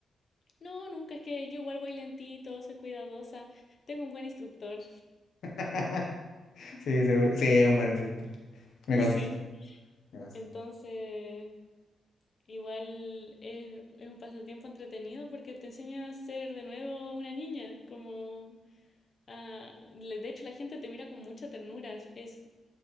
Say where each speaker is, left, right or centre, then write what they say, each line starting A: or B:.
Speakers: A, on the left; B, on the left.
A: No, nunca, es que yo igual voy lentito, soy cuidadosa, tengo un buen instructor,
B: <laughs> Sí, seguro. Sí, es un buen instructor. Me
A: <laughs>
B: consta.
A: sí.
B: Me consta.
A: Entonces, igual es, es un pasatiempo entretenido porque te enseña a ser de nuevo una niña, como a- le- de hecho la gente te mira con mucha ternura, es es